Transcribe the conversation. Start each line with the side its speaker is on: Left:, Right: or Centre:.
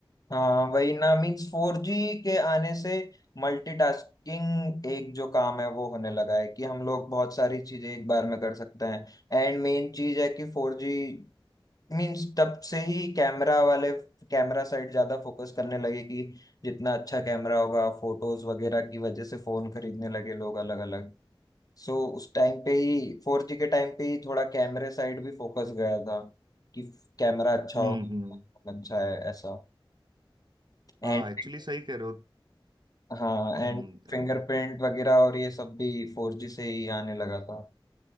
Left: हाँ वही ना मीन्स फोर जी के आने से मल्टीटास्किंग एक जो काम है वो होने लगा है कि हम लोग बहुत सारी चीजें एक बार में कर सकते हैं एंड मेन चीज है कि फोर जी मीन्स तब से ही कैमरा वाले कैमरा साइड ज्यादा फोकस करने लगे कि जितना अच्छा कैमरा होगा फोटोज वगैरह की वजह से फोन खरीदने लगे लोग अलग अलग सो उस टाइम पे ही फोर जी के टाइम पे ही थोड़ा कैमरे साइड भी फोकस गया था कि कैमरा अच्छा
Right: हम्म
Left: होगा
Right: हम्म
Left: अच्छा है ऐसा एंड
Right: हाँ एक्चुअली सही कह रहे हो
Left: हाँ एंड
Right: हम्म
Left: फिंगरप्रिंट वगैरह और ये सब भी फोर जी से ही आने लगा था